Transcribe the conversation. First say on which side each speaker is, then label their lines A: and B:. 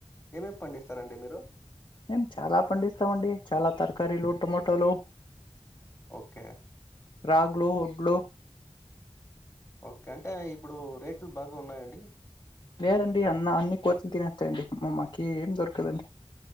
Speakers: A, on the left; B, on the left.
A: ఏమేమి పండిస్తారండి మీరు
B: మేం చాలా పండిస్తాండి చాలా తరకారీలు టమోటోలు
A: ఓకే
B: రాగ్లో, ఒడ్లో
A: ఓకే అంటే ఇప్పుడు రేట్లు బాగా ఉన్నాయండి
B: లేదండి అన్న అన్ని కోతులు తినేస్తాయండి మామకి ఏం దొరకదండి